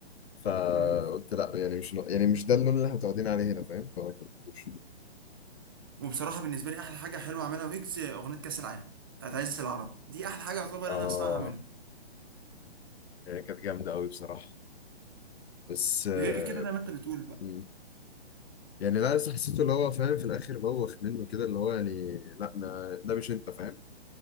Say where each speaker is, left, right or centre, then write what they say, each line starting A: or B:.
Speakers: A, on the left; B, on the right.
A: فقلت
B: مم.
A: لا يعني مش يعني مش ده اللون اللي احنا متعودين عليه هنا فاهم؟ فما كملتوش
B: وبصراحة بالنسبة لي أحلى حاجة حلوة عملها ويجز أغنية كأس العالم بتاعت عزيز العرب دي أحلى حاجة يعتبر
A: آه،
B: أنا أسمعها منه
A: هي كانت جامدة أوي بصراحة بس آه،
B: غير كده زي ما أنت بتقول بقى
A: مم. يعني لا لسه حسيته اللي هو فاهم في الآخر بوخ منه كده اللي هو يعني لا ما ده مش أنت فاهم